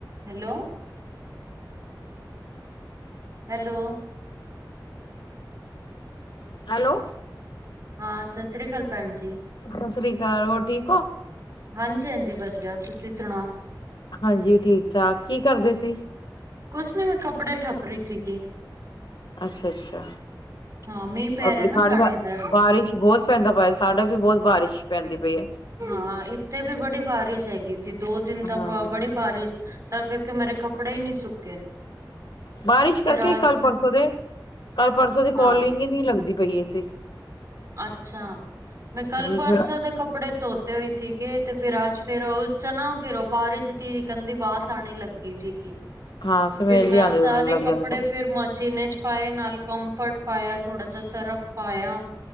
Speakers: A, on the right; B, on the left.
A: Hello, hello
B: hello
A: ਹਾਂ ਸਤਿ ਸ੍ਰੀ ਅਕਾਲ ਭੈਣ ਜੀ
B: ਸ਼ ਸ਼੍ਰੀ ਕਾਲ ਹੋਰ ਠੀਕ ਓ?
A: ਹਾਂਜੀ-ਹਾਂਜੀ ਵਧੀਆ ਤੁਸੀਂ ਸੁਣਾਓ?
B: ਹਾਂਜੀ ਠੀਕ ਠਾਕ ਕੀ ਕਰਦੇ ਸੀ?
A: ਕੁਛ ਨੀ ਮੈਂ ਕੱਪੜੇ ਠੱਪ ਰੀ ਸੀਗੀ।
B: ਅੱਛਾ-ਅੱਛਾ,
A: ਹਾਂ ਮੀਂਹ ਪੈ
B: ਅ
A: ਰਿਹਾ ਨਾ
B: ਸਾਡੇ ਤਾਂ
A: ਇੱਧਰ
B: ਬਾਰਿਸ਼ ਬੋ ਪੈਂਦਾ ਪਿਆ ਸਾਡਾ ਵੀ ਬੋਤ ਬਾਰਿਸ਼ ਪੈਂਦੀ ਪਈ ਏ।
A: ਹਾਂ ਇੱਥੇ ਵੀ ਬੜੀ ਬਾਰਿਸ਼ ਹੈਗੀ ਸੀ ਦੋ ਦਿਨ ਤਾਂ
B: ਹਾਂ।
A: ਬਾ ਬੜੀ ਬਾਰਿਸ਼ ਤਾਂ ਕਰਕੇ ਮੇਰੇ ਕੱਪੜਾ ਈ ਨੀ ਸੁੱਕੇ।
B: ਬਾਰਿਸ਼ ਕਰਕੇ
A: ਫਿਰ ਅੱਜ
B: ਕੱਲ-ਪਰਸੋਂ
A: ਮੈਂ
B: ਦੇ, ਕੱਲ ਪਰਸੋਂ ਦੀ ਕੋਲਿੰਗ
A: ਹਾਂ
B: ਈ ਨੀ ਲੱਗਦੀ ਪਈ ਏ ਸੀ।
A: ਅੱਛਾ ਮੈਂ ਕੱਲ-ਪਰਸੋਂ
B: ਫੇਰ
A: ਦੇ ਕੱਪੜੇ ਧੋ ਤੇ ਹੋਈ ਸੀਗੇ ਤੇ ਫਿਰ ਅੱਜ ਫੇਰ ਓ ਚ ਨਾ ਫਿਰ ਓ ਬਾਰਿਜ ਤੀ ਗੰਦੀ ਬਾਸ ਆਣੀ ਲੱਗੀ ਸੀਗੀ।
B: ਹਾਂ ਸਮੈਲ
A: ਫਿਰ
B: ਹੀ
A: ਮੈਂ
B: ਆਂਦੇ
A: ਚਾਰੇ
B: ਲੱਗ
A: ਕੱਪੜੇ
B: ਜਾਂਦੇ
A: ਫਿਰ ਮਸ਼ੀਨ ਏ ਚ ਪਾਏ ਨਾਲ ਕੰਫਰਟ ਪਾਇਆ, ਥੋੜਾ ਜਾ ਸ਼ਰਫ਼ ਪਾਇਆ।